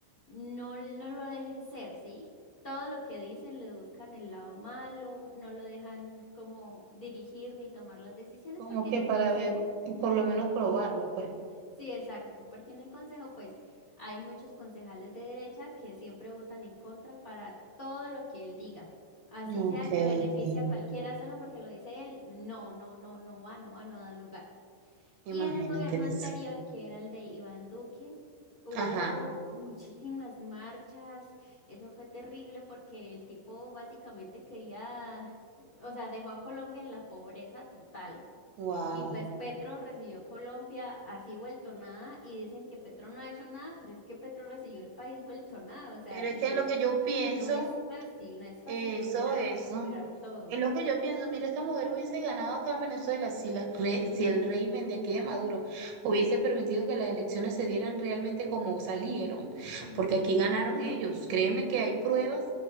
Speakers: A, on the left; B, on the right.
A: no, no lo dejen ser, ¿sí? Todo lo que dicen le buscan el lado malo, no lo dejan como dirigir ni tomar las decisiones
B: Como
A: porque
B: que
A: en el
B: para
A: consejo
B: ver, por lo menos probarlo, pues.
A: Sí, exacto, porque en el Consejo pues hay muchos concejales de derecha que siempre votan en contra para todo lo que él diga. Así
B: Ok,
A: sea que beneficie
B: ok.
A: a cualquiera solo porque lo dice él, no, no, no, no va, no va, no da lugar. Y
B: Imagínate,
A: en el gobierno
B: Lisa.
A: anterior, que era el de Iván Duque, hubo
B: Ajá.
A: muchísimas marchas, eso fue terrible porque el tipo básicamente quería, o sea, dejó a Colombia en la pobreza total.
B: Wow.
A: Y pues Petro recibió Colombia así vuelto nada y dicen que Petro no ha hecho nada, pero es que Petro recibió el país vuelto nada, o sea,
B: Pero
A: y,
B: es que lo que yo pienso
A: y no es fácil, no es fácil
B: Eso,
A: volver a
B: eso.
A: recuperar todo.
B: Es lo que yo pienso. Mira, esta mujer hubiese ganado acá en Venezuela si, las re- si el régimen de aquí de Maduro hubiese permitido que las elecciones se dieran realmente como salieron,
A: Ujú,
B: porque aquí ganaron ellos. Créeme que hay pruebas